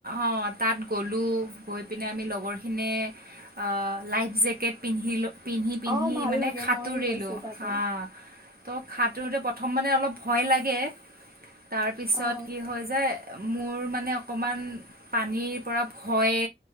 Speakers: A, on the right; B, on the right.
A: অঁ তাত গৈ পিনে আমি লগৰখিনিয়ে আ লাইফ জেকেট পিন্ধিলো। পিন্ধি-পিন্ধি
B: অ ভাল
A: মানে
B: লাগে
A: সাঁতুৰিলো
B: মইও গৈছো
A: আহ।
B: তাতে
A: তো সাঁতোৰোতে প্ৰথম মানে অলপ ভয় লাগে। তাৰপিছত
B: অ
A: কি হৈ যায়। মোৰ মানে। মানে অকণমান পানীৰ পৰা ভয়ে।